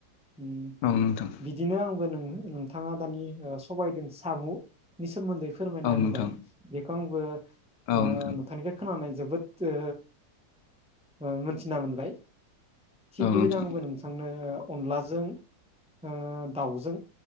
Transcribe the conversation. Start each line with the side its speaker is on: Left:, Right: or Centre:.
Centre: ओम
Left: औ नोंथां
Centre: बिदिनो आंबो नोंनो नोंथांनो नोंथाङा दानि सबायजों सामु'नि सोमोन्दै फोरमायना
Left: औ
Centre: होबाय
Left: नोंथां
Centre: बेखौ आंबो
Left: औ
Centre: ओ
Left: नोंथां
Centre: नोंथांनिफ्राय खोनानानै जोबोद ओ ओ मोनथिना मोनबाय थिग
Left: औ
Centre: बेबायदि
Left: नोंथां
Centre: आंबो नोंथांनो अनलाजों ओ दाउजों